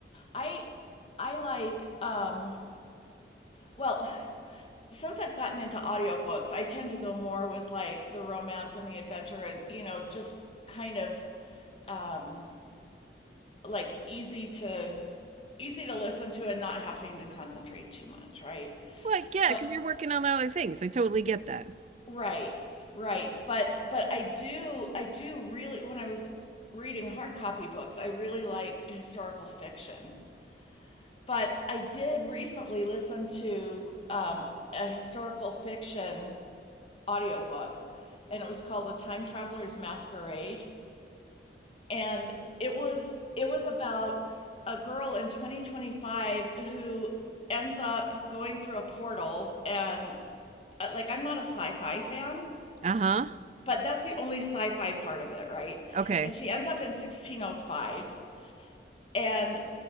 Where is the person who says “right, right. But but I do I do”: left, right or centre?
Left